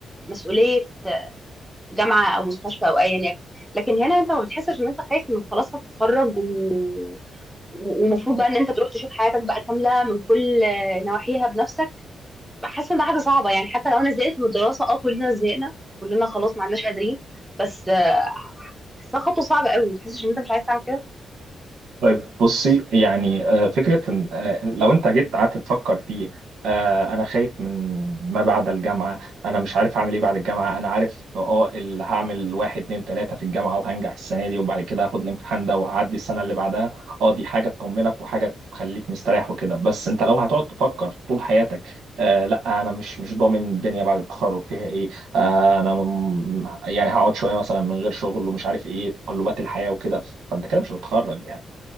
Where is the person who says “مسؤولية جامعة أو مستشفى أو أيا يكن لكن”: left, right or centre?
Centre